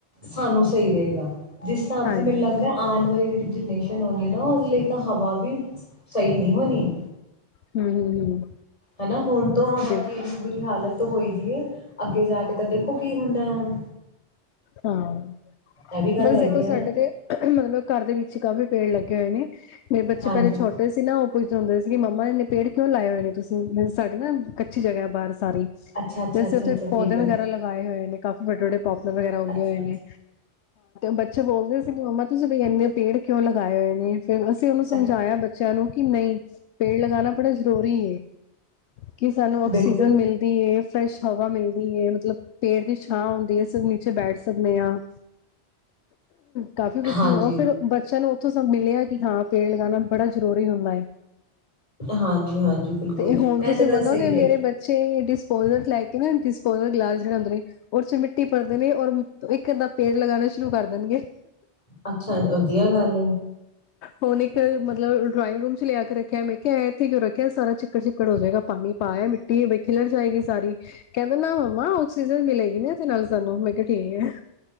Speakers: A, on the left; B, on the left.
A: ਸਾਨੂੰ ਸਹੀ ਰਹੇਂਗਾ। ਜਿਸ ਸਾਬ
B: ਹਾਂਜੀ
A: ਚ ਮੈਨ ਲੱਗਦਾ
B: ਬਿਲਕੁਲ
A: ਵਾਲੀ ਜਿਹੜੀ ਜਨਰੇਸ਼ਨ ਆਉਣੀ ਆ ਨਾ, ਉਹਦੇ ਲਈ ਤਾਂ ਹਵਾ ਵੀ ਸਹੀ ਨਹੀਂ ਹੋਣੀ।
B: ਹੂੰ ਹੂੰ ਹੂੰ
A: ਹਨਾ, ਹੁਣ ਤੋਂ ਹਵਾ
B: ਬਿਲਕੁਲ
A: ਦੀ ਇੰਨੀ ਬੁਰੀ ਹਾਲਤ ਹੋਈ ਦੀ ਹੈ, ਅੱਗੇ ਜਾ ਕੇ ਤਾਂ ਦੇਖੋ ਕੀ ਹੁੰਦਾ ਹੁਣ।
B: ਹਾਂ,
A: ਇਹ ਵੀ ਗੱਲ
B: ਬਸ
A: ਹੈਗੀ
B: ਦੇਖੋ
A: ਹੈ ਨਾ
B: ਸਾਡੇ ਤੇ ਮਤਲਬ ਘਰ ਦੇ ਵਿੱਚ ਕਾਫ਼ੀ ਪੇੜ ਲੱਗੇ ਹੋਏ ਨੇ। ਮੇਰੇ ਬੱਚੇ
A: ਹਾਂਜੀ
B: ਪਹਿਲੇ ਛੋਟੇ ਸੀ ਨਾ ਉਹ ਪੁੱਛਦੇ ਹੁੰਦੇ ਸੀਗੇ ਮੰਮਾ ਨੇ ਪੇੜ ਕਿਉਂ ਲਾਏ ਹੋਏ ਨੇ ਤੁਸੀਂ ਸਾਡੀੇ ਨਾ ਕੱਚੀ ਜਗ੍ਹਾ ਬਾਹਰ। ਸਾਰੇ
A: ਅੱਛਾ ਅੱਛਾ
B: ਜੈਸੇ
A: ਅੱਛਾ ਅੱਛਾ
B: ਪੌਦੇ
A: ਠੀਕ ਹੈ
B: ਵਗੈਰਾ ਲਗਾਏ ਹੋਏ ਨੇ ਕਾਫੀ ਵੱਡੇ ਵੱਡੇ ਵਗੈਰਾ ਉਗੇ
A: ਅੱਛਾ ਅੱਛਾ
B: ਹੋਏ ਨੇ ਬੱਚ ਬੋਲਦੇ ਸੀਗੇ ਮੰਮਾ ਤੁਸੀਂ ਬਈ ਇੰਨੇ ਪੇੜ ਕਿਉਂ ਲਗਾਏ ਹੋਏ ਫਿਰ ਅਸੀਂ ਉਹਨੂੰ ਸਮਝਾਇਆ
A: ਅੱਛਾ
B: ਬੱਚਿਆਂ ਨੂੰ ਕਿ ਨਹੀਂ ਪੇੜ ਲਗਾਣਾ ਬੜਾ ਜ਼ਰੂਰੀ ਕਿ ਸਾਨੂੰ ਆਕਸੀਜਨ
A: ਬਿਲਕੁਲ
B: ਮਿਲਦੀ ਹੈ ਫਰੈਸ਼ ਹਵਾ ਮਿਲਦੀ ਹੈ ਪੇਟ ਦੀ ਛਾਂ ਹੁੰਦੀ ਹੈ ਨੀਚੇ ਬੈਠ ਸਕਦੇ ਹਾਂ ਕਾਫੀ ਕੁਛ
A: ਹਾਂਜੀ
B: ਉਹ ਫਿਰ ਬੱਚਿਆਂ ਨੂੰ ਫਿਰ ਮਿਲਿਆ ਕਿ ਹਾਂ ਪੇੜ ਲਗਾਉਣਾ ਬੜਾ ਜ਼ਰੂਰੀ ਹੁੰਦਾ ਹੈ
A: ਹਾਂਜੀ ਹਾਂਜੀ ਬਿਲਕੁਲ
B: ਤੇ ਹੁਣ
A: ਇਹ
B: ਤੁਸੀਂ
A: ਤਾਂ ਗੱਲ
B: ਮੰਨੋਗੇ
A: ਸਹੀ ਹੈ
B: ਮੇਰੇ ਬੱਚੇ ਡਿਸਪੋਜਲ ਲੈ ਕੇ ਨਾ ਡਿਸਪੋਜਲ ਗਲਾਸ <unintelligible> ਟੀ ਭਦੇ ਨੇ ਔਰ ਇੱਕ ਅੱਧਾਂ ਪੇੜ ਲਗਾਉਣਾ ਸ਼ੁਰੂ ਕਰ ਦੇਣਗੇ
A: ਅੱਛਾ ਵਧੀਆ ਗੱਲ ਹੈ
B: ਹੁਨੇ ਇੱਕ ਮਤਲਬ ਡਰਾਇੰਗ ਰੂਮ ਚ ਲਿਆ ਕੇ ਰੱਖਿਆ ਮੈਂ ਕਿਹਾ ਇੱਥੇ ਕਿਉਂ ਰੱਖਿਆ ਸਾਰਾ ਚਿੱਕੜ ਚਿੱਕੜ ਹੋ ਜਾਏਗਾ ਪਾਣੀ ਪਾਆ ਮਿੱਟੀ ਖਿਲੜ ਜਾਏਗੀ ਸਾਰੀ ਕਹਿੰਦੇ ਨਾ ਮੰਮਾ ਆਕਸੀਜਨ ਮਿਲੇਗੀ ਨਾ ਨਾਲ ਸਾਨੂੰ ਮੈਂ ਕਿਹਾ ਠੀਕ ਆ